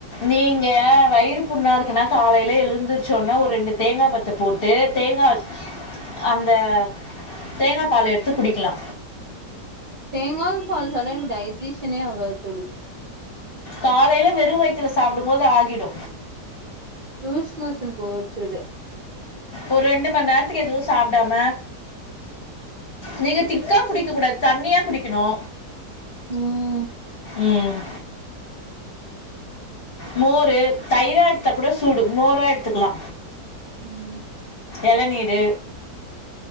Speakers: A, on the left; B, on the right.
A: நீங்க வயிறு புண்ணா இருக்குன்னா காலைல எழுந்திருச்சோனே ஒரு ரெண்டு தேங்கா பர் த்த போட்டு தேங்கா அந்த தேங்கா பால் எடுத்து குடிக்கலா
B: தேங்காபால் செல டைமு டைஜிஷனே ஆகாது தோழி
A: காலைல வெறு வயித்துல சாப்டும் போது ஆகிடு
B: லூஸ் மோசன் போக வச்சிர்று
A: ஒ ரெண்டு மண் நேரத்துக்கு எதுவு சாப்டாம நீங்க திக்கா குடிக்க கூடாது தண்ணியா குடிக்கணு
B: ம்
A: ம் மோரு தயிரா எடுத்தா கூட சூடு மோரா எடுத்துக்கலா
B: ம் ம்
A: எளநீரு